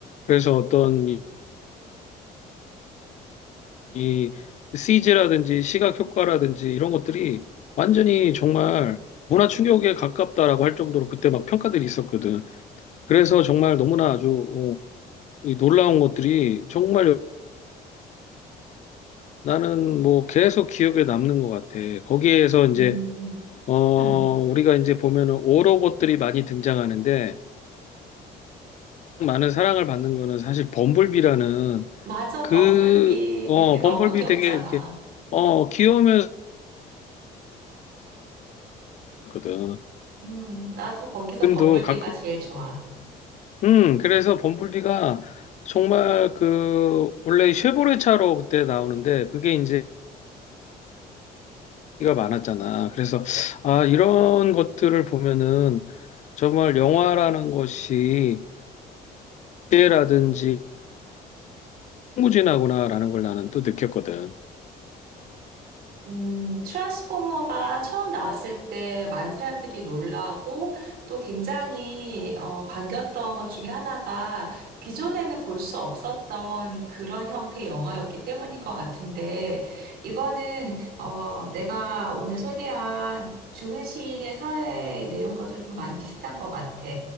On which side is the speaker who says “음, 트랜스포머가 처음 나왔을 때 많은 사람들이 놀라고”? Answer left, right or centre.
Right